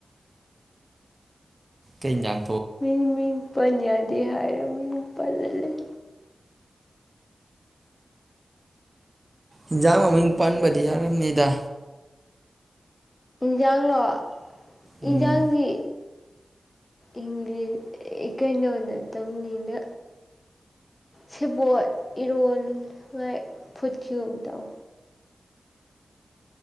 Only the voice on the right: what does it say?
ꯂꯤꯂꯥꯡꯄꯨꯔ
ꯏꯟꯖꯥꯡ ꯃꯃꯤꯡ ꯄꯟꯕꯗꯤ ꯌꯥꯔꯝꯅꯤꯗ
ꯎꯝ